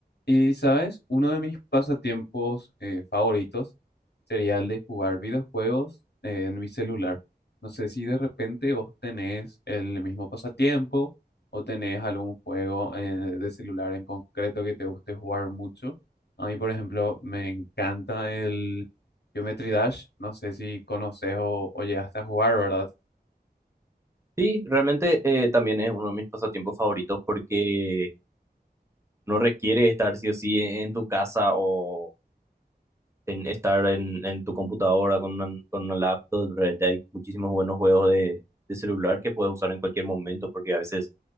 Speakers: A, on the left (about 85°); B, on the right (about 15°).
A: Y, ¿sabes? Uno de mis pasatiempos eh, favoritos sería el de jugar videojuegos eh, en mi celular. No sé si de repente vos tenés el mismo pasatiempo o tenés algún juego eh, de celular en concreto que te guste jugar mucho. A mí, por ejemplo, me encanta el Geometry Dash. No sé si conoces o, o llegaste a jugar, ¿verdad?
B: Sí, realmente eh, también es uno de mis pasatiempos favoritos porque no requiere estar sí o sí e, en tu casa o en estar en, en tu computadora con una, con una laptop. Realmente hay muchísimos buenos juegos de, de celular que puedes usar en cualquier momento porque a veces,